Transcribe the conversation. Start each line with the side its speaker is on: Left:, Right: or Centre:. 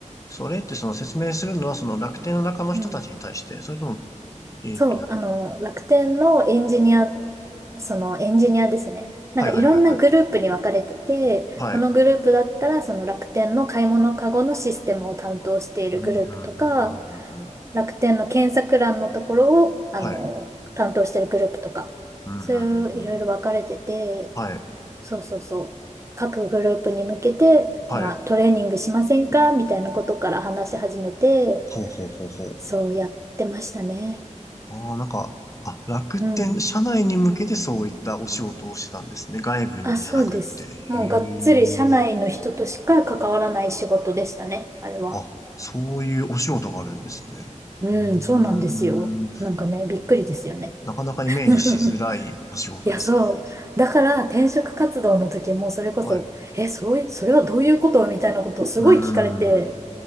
Left: それってその説明するのはその楽天の中の人たちに対して、
Right: うん。
Left: それとも、えっと、
Right: そう、
Left: はい
Right: あの、楽天のエンジニアそのエンジニアですね。なんかいろんなグループに分かれてて、
Left: はいはいはい。はい。
Right: このグループだったらその楽天の買い物カゴのシステムを担当しているグループとか、
Left: うん、ふんふんふんふんふん。
Right: 楽天の検索欄のところを、あの、
Left: はい。
Right: 担当しているグループとか、
Left: うん、
Right: そういういろいろ分かれてて、
Left: ふんふんふん。はい。
Right: そうそうそう。各グループに向けて、
Left: はい。
Right: まあ、トレーニングしませんかみたいなことから話し始めて、
Left: ほうほうほうほう。
Right: そうやってましたね。
Left: ああ、なんか、あ、楽天、
Right: うん。
Left: 社内に向けてそういったお仕事をしてたんですね。外部にじゃなくって。
Right: あ、そうです。
Left: へ
Right: もうがっつり社内の人としか関わらない仕事でしたね、
Left: え。
Right: あれは。
Left: あ、そういうお仕事があるんですね。
Right: うん、
Left: う
Right: そうなんですよ。
Left: ーん。
Right: なんかね、びっくりですよね。
Left: なかなかイメージしづらいお仕事ですね。
Right: <laughs> いや、そう。だから転職活動の時もそれこそ、
Left: はい。
Right: え、そういう、それはどういうことみたいなことをすごい聞かれて、
Left: うーん。